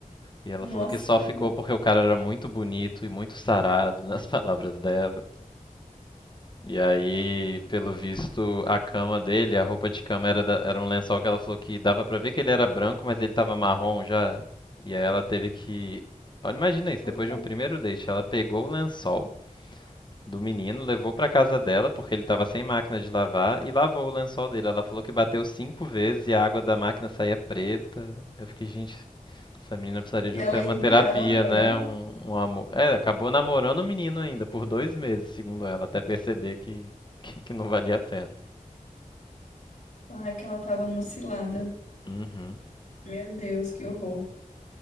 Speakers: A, on the left; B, on the left.
A: E ela
B: Nossa,
A: falou que só
B: que
A: ficou
B: horror.
A: porque o cara era muito bonito e muito sarado, <laughs> nas palavras dela. E aí, pelo visto, a cama dele, a roupa de cama era, da- era um lençol que ela falou que dava pra ver que ele era branco, mas ele tava marrom já. E aí ela teve que. Olha, imagina isso,
B: Que
A: depois
B: horror.
A: de um primeiro date, ela pegou o lençol do menino, levou para casa dela, porque ele estava sem máquina de lavar, e lavou o lençol dele. Ela falou que bateu cinco vezes e a água da máquina saía preta. Eu fiquei, gente, essa menina precisaria
B: E
A: de
B: ela
A: um te-
B: ainda
A: uma
B: encarou
A: terapia,
B: namorar?
A: né? Um, um amor. É, acabou namorando o menino ainda, por dois meses, segundo ela, até perceber que, que, que não valia a pena.
B: Ah, que ela tava numa cilada.
A: Uhum.
B: Meu Deus, que horror.